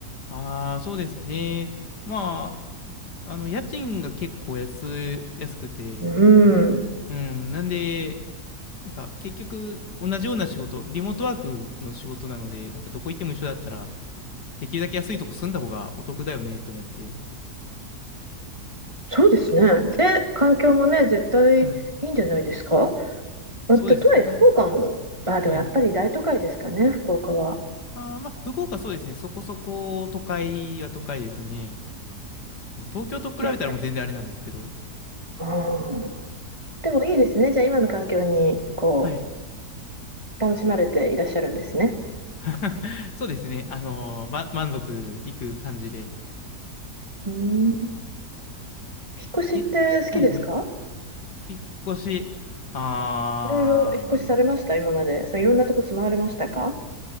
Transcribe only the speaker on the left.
ああ、そうですね。まあ、あの、家賃が結構安、安くて、
うん、なんで、なんか結局同じような仕事、リモートワークの仕事なので、なんかどこ行っても一緒だったら、できるだけ安いとこ住んだ方がお得だよねと思って、
はい、
そうですね。
はい。
ああ、まあ、福岡そうですね。そこそこ都会は都会ですね。東京と比べたらもう全然あれなんですけど、
はい。
<laughs> そうですね。あのーま、満足いく感じで。
え、はいはい。引っ越し、あー、